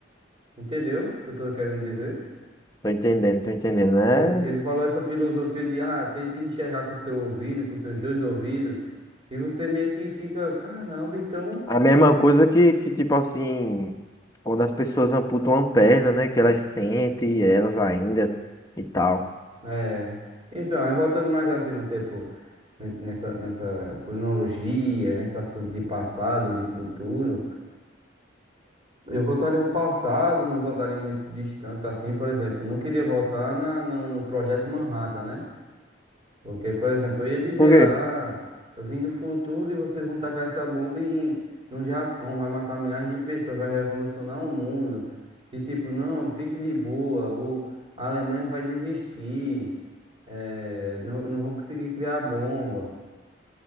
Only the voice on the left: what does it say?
Tô entendendo, tô entendendo. É
a mesma coisa que, que tipo assim, quando as pessoas amputam uma perna, né, que elas sentem elas ainda e tal.
Por quê?